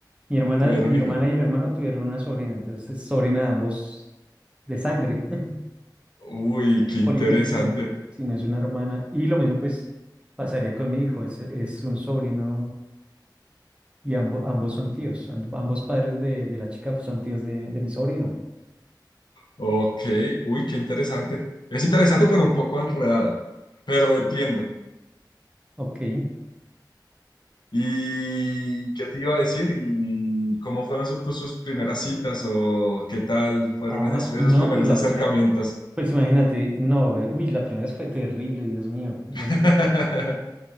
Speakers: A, on the right; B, on the left.
A: mi hermana,
B: ¿Tuvieron
A: mi
B: hijos?
A: hermana y el hermano tuvieron una sobrina, entonces es sobrina de ambos de sangre, <laughs>
B: Uy,
A: no
B: qué
A: es política,
B: interesante.
A: sino, sino es una hermana. Y lo mismo, pues, pasaría con mi hijo, es, es un sobrino Y ambos, ambos son tíos, and- ambos padres de, de la chica son tíos de, de mi sobrino.
B: Ok, uy, qué interesante. Es interesante, pero un poco enredado. Pero
A: Sí.
B: entiendo.
A: Ok.
B: ¿Y qué te iba a decir? ¿Y cómo fueron su- tus- sus primeras citas o qué tal fueron
A: Ah,
B: esas- esos
A: no,
B: primeros
A: pues la
B: acercamientos?
A: primera, pues imagínate, no, eh, uy, la primera vez fue terrible, Dios mío. Yo
B: <laughs>
A: no sé cómo, cómo-